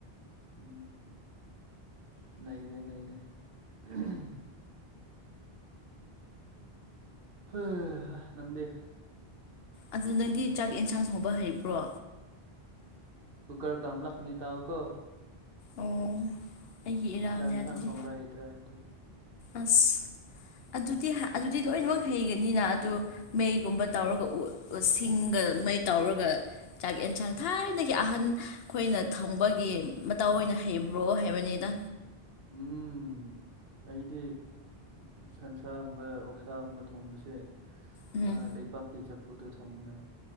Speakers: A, on the right; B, on the left.
A: ꯎꯝ ꯅꯩꯔꯦ ꯅꯩꯔꯦ ꯎꯝ ꯍꯥ ꯍꯥ ꯅꯪꯗꯤ
B: ꯑꯗꯨ ꯅꯪꯗꯤ ꯆꯥꯛ ꯑꯦꯟꯁꯥꯡ ꯊꯣꯡꯕ ꯍꯩꯕ꯭ꯔꯣ
A: ꯀꯨꯀꯔ ꯀꯥꯝꯂꯛꯀꯅꯤ ꯇꯥꯎꯀꯣ
B: ꯑꯣ ꯑꯩꯒꯤ ꯏꯔꯥꯜꯅꯦ
A: ꯆꯥꯛ ꯏꯟꯁꯥꯡ
B: ꯑꯗꯨꯗꯤ
A: ꯊꯣꯡꯕ ꯍꯩꯇ꯭ꯔꯥ ꯗꯣ
B: ꯑꯁ ꯑꯗꯨꯗꯤ ꯍꯥ ꯑꯗꯨꯗꯤ ꯂꯣꯏꯅꯃꯛ ꯍꯩꯒꯅꯤꯅ ꯑꯗꯨ ꯃꯩꯒꯨꯝꯕ ꯇꯧꯔꯒ ꯎ ꯁꯤꯡꯒ ꯃꯩ ꯇꯧꯔꯒ ꯆꯥꯛ ꯌꯦꯟꯁꯥꯡ ꯊꯥꯏꯅꯒꯤ ꯑꯍꯟ ꯈꯣꯏꯅ ꯊꯪꯕꯒꯤ ꯃꯇꯧ ꯑꯣꯏꯅ ꯍꯩꯕ꯭ꯔꯣ ꯍꯥꯏꯕꯅꯤꯗ
A: ꯎꯝ ꯑꯩꯗꯤ ꯁꯟꯁꯥꯒꯨꯝꯕ ꯑꯣꯛꯁꯥꯒꯨꯝꯕ ꯊꯣꯡꯕꯁꯦ
B: ꯎꯝ
A: ꯑꯥ ꯂꯩꯄꯥꯛꯇꯩ ꯆꯐꯨꯗ ꯊꯣꯡꯕꯅꯦ